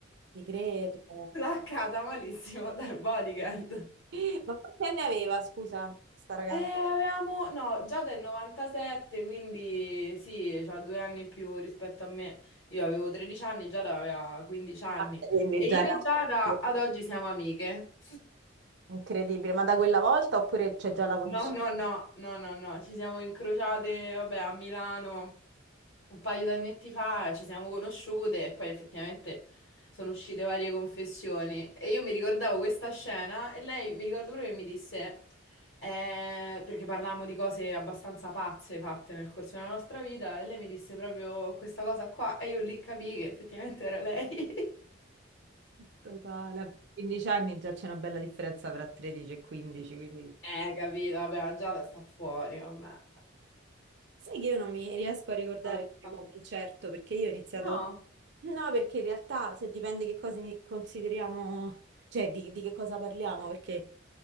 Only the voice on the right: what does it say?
ci credo.
<gasps> Ma quanti anni aveva, scusa, sta ragazza?
quindi
già
era
proprio
Incredibile, ma da quella volta oppure c'è già la conoscenza?
Totale. A 15 anni già c'è una bella differenza tra 13 e 15, quindi...
Sai che io non mi riesco a ricordare
il primo concerto perché io ho iniziato...
No, perché in realtà se dipende che cosa ni- consideriamo, cioè di, di che cosa parliamo, perché